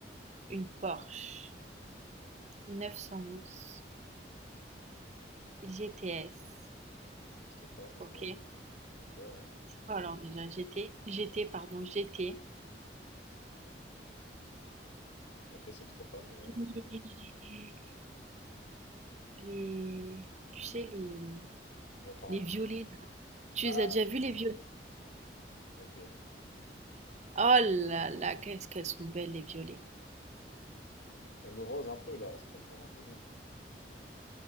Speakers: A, on the right (about 40°); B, on the left (about 80°).
A: une Porsche 911 GTS.
B: Ça n'existe pas, mais
A: OK,
B: ouais, ok. Ok, ouais.
A: c'est quoi alors déjà? g t G T, pardon, GT.
B: Ok, ça n'existe pas, mais ouais.
A: Les les tu sais les, mmh,
B: J'entends
A: les
B: rien.
A: violets là. Tu
B: Ah,
A: les as déjà vus les violets?
B: ok.
A: Oh là là, qu'est-ce qu'elles sont belles les violets.
B: Le rose un peu, là, c'est pas vraiment violet.